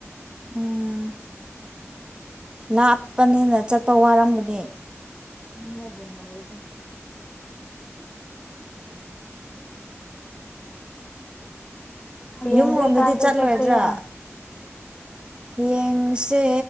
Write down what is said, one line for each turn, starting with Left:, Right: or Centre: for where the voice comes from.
Right: ꯎꯝ ꯂꯥꯞꯄꯅꯤꯅ ꯆꯠꯄ ꯋꯥꯔꯝꯒꯅꯤ
Left: ꯌꯨꯝꯗ ꯑꯗꯨꯝ ꯂꯩꯔꯦꯗ ꯍꯌꯦꯡꯗꯤ
Right: ꯌꯨꯝꯔꯣꯝꯗꯗꯤ
Left: ꯀꯥꯏꯗ
Right: ꯆꯠꯂꯣꯏꯗ꯭ꯔꯥ
Left: ꯆꯠꯀꯦꯔꯥ
Right: ꯍꯌꯦꯡ ꯁꯦ